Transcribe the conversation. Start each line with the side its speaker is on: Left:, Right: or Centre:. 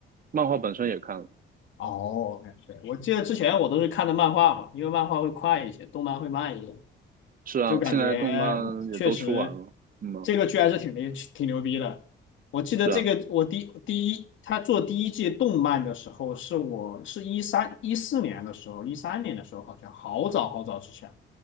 Right: 漫画本身也看了，
Left: 哦，对，我记得之前我都是看的漫画嘛，因为漫画会快一些，动漫会慢一些。
Right: 是啊，
Left: 就感觉确实
Right: 现在动漫也都出完了，嗯啊，
Left: 这个剧还是挺牛挺牛逼的。我记得这个我第第一他做第一季动漫的时候，
Right: 是啊，
Left: 是我是一三一四年的时候，一三年的时候好像好早好早之前，